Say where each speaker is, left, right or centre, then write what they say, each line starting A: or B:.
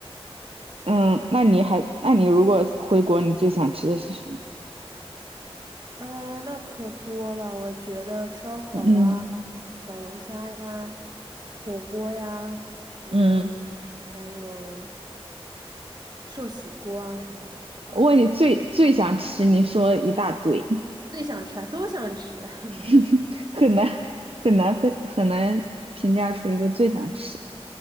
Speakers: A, on the right; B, on the right.
A: 嗯，那你还，那你如果回国，你最想吃的是什么？
B: 呃，那可多了，我觉得烧烤啊，
A: 嗯
B: 小龙虾呀，火锅呀，嗯，
A: 嗯，
B: 还有寿喜锅啊什么的，这这种
A: 我问你最最想吃，你说了一大堆，
B: 最想吃啊，都想吃，<laughs>
A: <laughs>
B: 没有，
A: 很难很难分很难评价出一个最想吃。